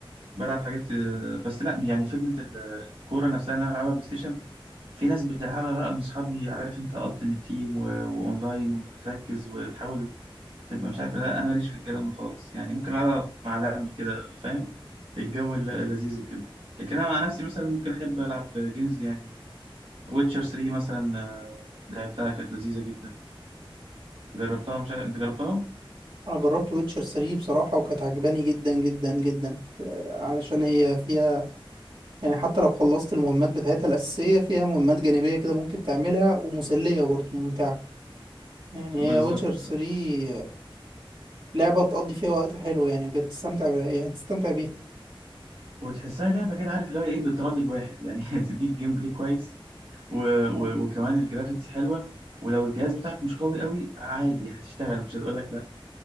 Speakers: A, on the right; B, on the right.
A: بلعب حاجات آه، بس لا يعني فكره ال- الكوره نفسها ان انا العبها بلاي ستيشن في ناس بتلعبها بقى من اصحابي عارف انت التيمت تيم واونلاين وبتركز وتحاول تبقى مش عارف إيه، لا انا ماليش في الكلام ده خالص يعني ممكن العبها مع لعبة كده فاهم الجو الل- لذيذ وكده لكن انا مع نفسي مثلا ممكن احب العب جيمز يعني ويتشر 3 مثلا آه، لعبتها كانت لذيذة جدا جربتها مش عارف انت جربتها
B: انا جربت ويتشر 3 بصراحة وكانت عجباني جدا جدا جدا آه، علشان هي فيها يعني حتى لو خلصت المهمات بتاعتها الأساسية فيها مهمات جانبية كده ممكن تعملها ومسلية برضه ممتعة يعني
A: بالظبط
B: هي ويتشر 3 لعبة تقضي فيها وقت حلو يعني بجد تستمتع بيها يعني تستمتع بيها
A: وتحسها لعبة كده عارف اللي هو ايه بتراضي الواحد يعني <laughs> تديك جيم بلاي كويس و... و...
B: يعني
A: وكمان الجرافيكس حلوة ولو الجهاز بتاعك مش قوي قوي عادي هتشتغل مش هتقول لك